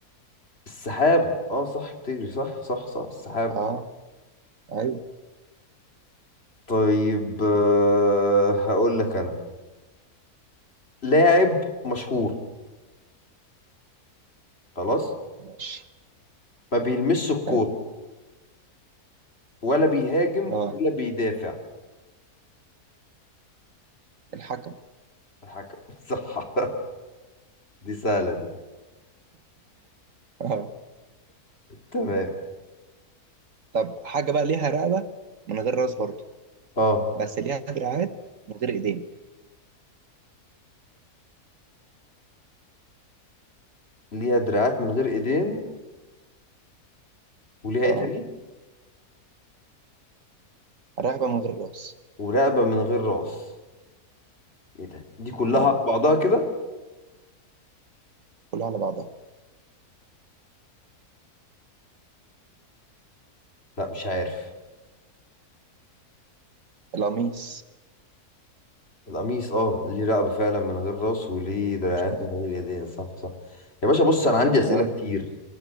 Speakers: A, on the left; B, on the right.
A: السحابة اه صح بتجري صح صح صح السحابة
B: اه ايوه
A: طيب آه، هقول لك انا لاعب مشهور خلاص
B: ماشي
A: ما بيلمسش الكورة
B: حلو
A: ولا بيهاجم
B: اه
A: ولا بيدافع
B: الحاجة
A: الحكم <laughs> صح دي سهلة دي
B: اه
A: تمام
B: طب حاجة بقى ليها رقبة من غير راس برضه
A: اه
B: بس ليها دراعات من غير ايدين
A: ليها دراعات من غير ايدين وليها ايه
B: اه
A: تاني
B: رقبة من غير راس
A: ورقبة من غير راس ايه ده دي كلها
B: اه
A: على بعضها كده
B: كلها على بعضها
A: لا مش عارف
B: القميص
A: القميص اه ليه رقبة فعلا من غير راس وليه دراعات
B: شوف
A: من غير ايدين صح صح يا باشا بص انا عندي اسئلة
B: اه
A: كتير